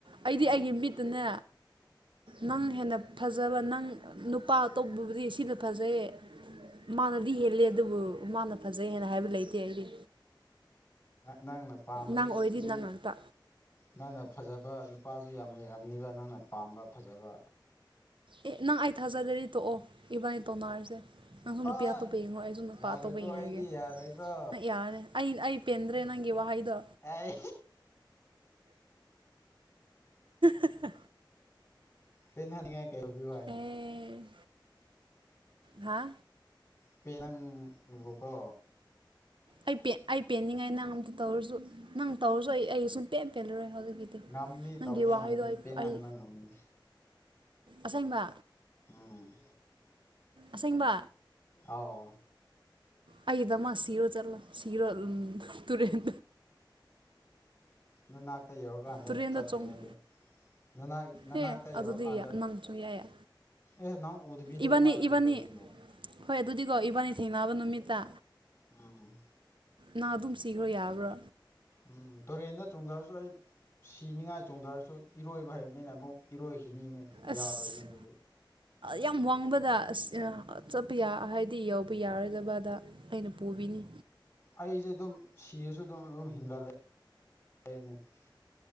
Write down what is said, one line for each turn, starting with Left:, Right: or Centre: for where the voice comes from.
Right: ꯑꯩꯗꯤ ꯑꯩꯒꯤ ꯃꯤꯠꯇꯨꯅ ꯅꯪ ꯍꯦꯟꯅ ꯐꯖꯕ ꯅꯪ ꯅꯨꯄꯥ ꯑ ꯇꯧꯕꯕꯨꯗꯤ ꯁꯤꯅ ꯐꯖꯩꯌꯦ ꯃꯥꯅꯗꯤ ꯍꯦꯜꯂꯦ ꯑꯗꯨꯕꯨ ꯃꯥꯅ ꯐꯖꯩ ꯍꯥꯏꯦꯅ ꯍꯥꯏꯕ ꯂꯩꯇꯦ ꯑꯩꯗꯤ
Left: ꯅꯪꯅ ꯄꯥꯝꯝꯕꯁꯨ
Right: ꯅꯪ ꯑꯣꯏꯔꯗꯤ
Left: ꯃꯤ
Right: ꯅꯪ ꯉꯥꯛꯇ
Left: ꯅꯪꯅ ꯐꯖꯕ ꯅꯨꯄꯥꯁꯨ ꯌꯥꯝ ꯂꯩꯔꯝꯅꯤꯕ ꯅꯪꯅ ꯄꯥꯝꯕ ꯐꯖꯕ
Right: ꯑꯦ ꯅꯪ ꯑꯩ ꯊꯥꯖꯗꯔꯗꯤ ꯇꯣꯛꯑꯣ ꯏꯕꯥꯅꯤ ꯇꯣꯟꯅꯔꯁꯦ ꯅꯪꯁꯨ ꯅꯨꯄꯤ
Left: ꯑ
Right: ꯑꯇꯣꯄ ꯌꯦꯡꯉꯣ ꯑꯩꯁꯨ ꯅꯨꯄꯥ
Left: ꯌꯥꯔꯣꯏꯀꯣ
Right: ꯑꯇꯣꯞꯄ ꯌꯦꯡꯉꯔꯒꯦ
Left: ꯑꯩꯗꯤ ꯌꯥꯔꯣꯏꯀꯣ
Right: ꯅꯪ ꯌꯥꯔꯦ ꯑꯩ ꯑꯩ ꯄꯦꯟꯗ꯭ꯔꯦ ꯅꯪꯒꯤ ꯋꯥꯍꯩꯗꯣ
Left: ꯑꯩ
Right: <unintelligible>
Left: ꯄꯦꯟ ꯊꯅꯤꯡꯉꯥꯏ <unintelligible> ꯀꯩ ꯑꯣꯏꯧꯕꯤꯔꯣ ꯍꯥꯏꯅꯣ
Right: ꯑꯦ ꯍꯥ
Left: ꯄꯤ ꯅꯪ ꯎꯕꯀꯣ
Right: ꯑꯩ ꯄꯦ ꯑꯩ ꯄꯦꯟꯅꯤꯡꯉꯥꯏ ꯅꯪ ꯑꯝꯇ ꯇꯧꯔꯁꯨ ꯅꯪ ꯇꯧꯔꯁꯨ ꯑꯩ ꯑꯩ ꯁꯨꯡ ꯄꯦꯟ ꯄꯦꯟꯂꯔꯣꯏ ꯍꯧꯖꯤꯛ <unintelligible> ꯗꯤ
Left: ꯉꯝꯅꯤ
Right: ꯅꯪꯒꯤ
Left: ꯇꯧꯕ
Right: ꯋꯥꯍꯩꯗꯣ
Left: ꯉꯝꯅꯤ
Right: ꯑꯩ
Left: ꯄꯦꯟꯍꯟꯕ
Right: ꯑꯩ
Left: ꯉꯝꯅꯤ
Right: ꯑꯁꯦꯡꯕ
Left: ꯎꯝ
Right: ꯑꯁꯦꯡꯕ
Left: ꯑꯥꯎ
Right: ꯑꯩꯒꯤꯗꯃꯛ ꯁꯤꯔꯣ ꯆꯠꯂꯣ ꯁꯤꯔꯣ ꯇꯨꯔꯦꯟ
Left: ꯅꯅꯥꯥꯛꯇꯥ ꯌꯧꯔꯛ ꯀꯥꯟꯗ
Right: ꯇꯨꯔꯦꯟꯗ
Left: ꯆꯠꯇꯣꯏꯅꯦ
Right: ꯆꯣꯡꯉꯨ
Left: ꯑꯗꯣ ꯅꯅꯥ ꯅꯅꯥꯛꯇꯥ
Right: ꯑꯦ ꯑꯗꯨꯗꯤ
Left: ꯌꯧꯔꯀꯥꯟꯗ
Right: ꯅꯪ ꯁꯨꯡꯌꯥ ꯌꯥ
Left: ꯑꯦ ꯅꯪ ꯎꯗꯕꯤꯗ
Right: ꯏꯕꯥꯅꯤ
Left: ꯀꯃꯥꯏ ꯆꯣꯡꯗꯗꯣꯏꯅꯣ
Right: ꯏꯕꯥꯅꯤ ꯍꯣꯏ ꯑꯗꯨꯗꯤꯀꯣ ꯏꯕꯥꯅꯤ ꯊꯦꯡꯅꯕ ꯅꯨꯃꯤꯠꯇꯥ
Left: ꯑꯝ
Right: ꯅꯥ ꯑꯗꯨꯝ ꯁꯤꯈ꯭ꯔꯣ ꯌꯥꯕ꯭ꯔꯣ
Left: ꯎꯝ ꯇꯨꯔꯦꯟꯗ ꯆꯣꯡꯗꯔꯥꯁꯨ ꯑꯩ ꯁꯤꯅꯤꯉꯥꯏ ꯆꯣꯡꯗꯔꯥꯁꯨ ꯏꯔꯣꯏꯕ ꯍꯩꯕꯅꯤꯅ ꯑꯃꯨꯛ ꯏꯔꯣꯏꯈꯤꯅꯤꯅꯦ ꯌꯥꯔꯣꯏꯅꯦ
Right: ꯑꯁ
Left: ꯑꯗꯨꯗꯤ
Right: ꯌꯥꯝ ꯋꯥꯡꯕꯗ ꯑꯁ ꯑꯥ ꯆꯠꯄ ꯌꯥ ꯍꯥꯏꯗꯤ ꯌꯧꯕ ꯌꯥꯔꯣꯏꯗꯕꯗꯥ ꯑꯩꯅ ꯄꯨꯕꯤꯅꯤ
Left: ꯑꯩꯖꯦ ꯑꯗꯨꯝ ꯁꯤꯔꯁꯨ ꯑꯗꯨꯝ ꯑꯗꯨꯝ ꯍꯤꯡꯒꯠꯂꯦ <unintelligible>